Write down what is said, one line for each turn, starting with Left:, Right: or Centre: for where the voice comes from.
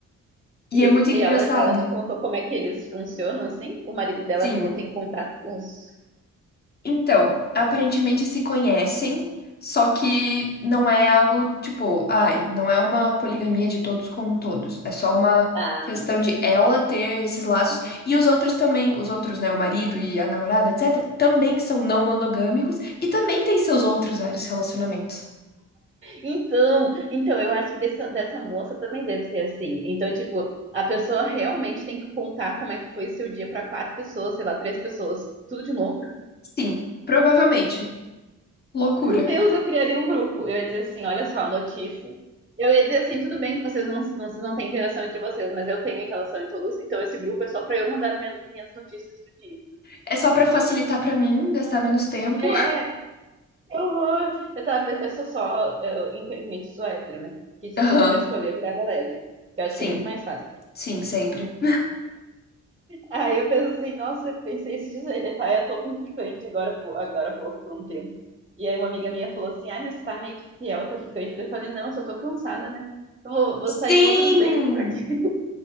Right: E,
Left: E é muito engraçado.
Right: e ela, ela te contou como é que eles funcionam, assim. O marido dela,
Left: Sim,
Right: tipo, tem contato com os.
Left: Então, aparentemente se conhecem, só que não é algo tipo, ai, não é uma poligamia de todos com todos. É só uma
Right: Ah,
Left: questão de ela ter esses laços e os outros também, os outros, né, o marido e a namorada, etc, também são não monogâmicos e também têm seus outros vários relacionamentos.
Right: então, então, eu acho que dessa, dessa moça também deve ser assim. Então, tipo, a pessoa realmente tem que contar como é que foi seu dia pra quatro pessoas, sei lá, três pessoas, tudo de novo.
Left: Sim, provavelmente. Loucura.
Right: Meu Deus, eu criaria um grupo. Eu ia dizer assim, olha só, notícias. Eu ia dizer assim, tudo bem que vocês não, não- vocês não têm interação entre vocês, mas eu tenho interação em todos. Então esse grupo é só pra eu mandar minha- minhas notícias do dia.
Left: É só pra facilitar pra mim, gastar menos tempo.
Right: É, que horror. Eu tava, pens- eu sou só, eu, infelizmente sou hétero, né? Que se
Left: <laughs> Aham.
Right: fosse pra escolher, eu virava lésbica. Que eu acho
Left: Sim,
Right: que é muito mais fácil.
Left: sim, sempre.
Right: Aí eu penso assim, nossa, eu pensei esses dias aí, tá, eu tô com ficante agora, pou- agora há pouco, por um tempo. E aí uma amiga minha falou assim, ai, mas tá meio que fiel ao teu ficante. Daí Eu falei, não, eu só tô cansada, né? Eu Vou, vou
Left: Sim!
Right: sair em outros dates, porque